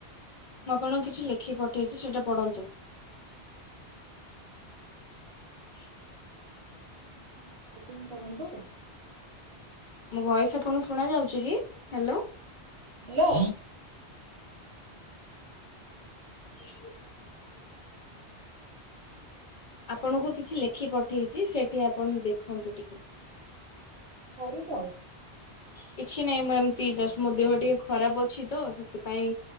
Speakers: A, on the left; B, on the right.
A: ମୁଁ ଆପଣଙ୍କୁ କିଛି ଲେଖିକି ପଠେଇଛି ସେଇଟା ପଢ଼ନ୍ତୁ। <unintelligible>
B: <unintelligible> ଷ୍ଟାର୍ଟିଂ କରନ୍ତୁ।
A: ମୋ ଭଏସ୍ ଆପଣଙ୍କୁ ଶୁଣାଯାଉଛି କି? ହ୍ୟାଲୋ।
B: ହାଲୋ।
A: <inaudible> ଆପଣଙ୍କୁ କିଛି ଲେଖି ପଠେଇଛି। ସେଇଠି ଆପଣ ଦେଖନ୍ତୁ ଟିକେ।
B: <unintelligible> କରୁଛ?
A: କିଛି ନାହିଁ ମୁଁ ଏମିତି ଜଷ୍ଟ ମୋ ଦେହ ଟିକେ ଖରାପ ଅଛି ତ ସେଥିପାଇଁ